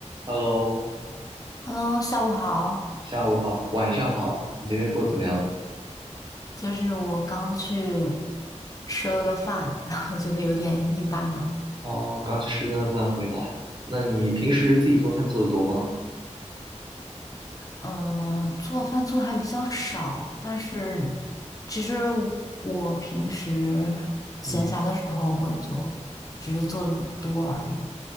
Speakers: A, on the right; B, on the left.
A: Hello，
B: Hello，下午好。
A: 下午好，晚上好，你今天过得怎么样？
B: 就是我刚去吃了个饭，<laughs> 然后觉得有点一般呢。
A: 哦，刚去吃顿饭回来。那你平时自己做饭做的多吗？
B: 嗯，做饭做的还比较少，但是其实我平时闲暇的时候会做，
A: 嗯，
B: 只是做的不多而已。